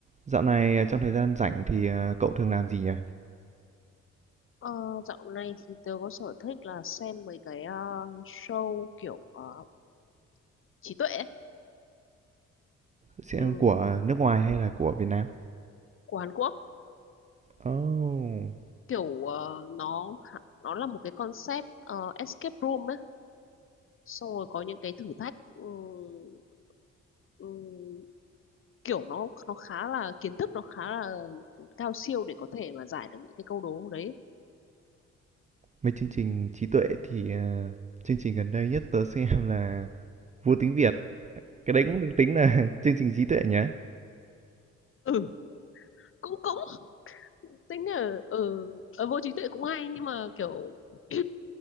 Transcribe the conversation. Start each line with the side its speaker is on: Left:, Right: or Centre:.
Right: Dạo này à, trong thời gian rảnh thì ờ, cậu thường làm gì nhỉ?
Left: Ờ, dạo này thì tớ có sở thích là xem mấy cái ờ, show kiểu ờ, trí tuệ ấy,
Right: Sẽ
Left: ừm,
Right: của à, nước ngoài hay là của Việt Nam?
Left: của Hàn Quốc
Right: Oh,
Left: kiểu ờ, nó khá- nó là một cái concept ờ, escape room ấy xong rồi có những cái thử thách ừm, ừm, kiểu nó nó khá là kiến thức nó khá là cao siêu để có thể mà giải được những cái câu đố đấy
Right: mấy chương trình trí tuệ thì ờ, chương trình gần đây nhất tớ xem là Vô Tiếng Việt. Cái đấy cũng được tính là <laughs> chương trình trí tuệ nhá.
Left: ừ cũng cũng tính là ừ, ờ, vô trí tuệ cũng hay nhưng mà kiểu <clears throat>